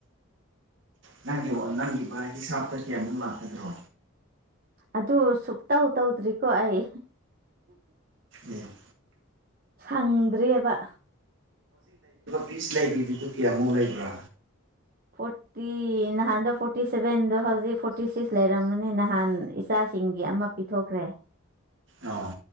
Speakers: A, on the right; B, on the right.
A: ꯅꯪꯒꯤ ꯅꯪꯒꯤ ꯕꯥ ꯍꯤꯁꯥꯞꯇ ꯀꯌꯥꯃꯨꯛ ꯂꯥꯛꯀꯗ꯭ꯔꯣ
B: ꯑꯗꯨ ꯁꯨꯛꯇꯧ ꯇꯧꯗ꯭ꯔꯤꯀꯣ ꯑꯩ
A: ꯎꯝ
B: ꯁꯪꯗ꯭ꯔꯦꯕ
A: ꯐꯤꯁ ꯂꯩꯔꯤꯗꯨꯗꯨ ꯀꯌꯥꯃꯨꯛ ꯂꯩꯕ꯭ꯔꯥ
B: ꯐꯣꯔ ꯐꯣꯔꯇꯤ ꯅꯍꯥꯟꯗꯣ ꯐꯣꯔꯇꯤ ꯁꯚꯦꯟꯗꯣ ꯍꯧꯖꯤꯛ ꯐꯣꯔꯇꯤ ꯁꯤꯛꯁ ꯂꯩꯔꯝꯃꯅꯤ ꯅꯍꯥꯟ ꯏꯆꯥꯁꯤꯡꯒꯤ ꯑꯃ ꯄꯤꯊꯣꯛꯈ꯭ꯔꯦ
A: ꯑꯣ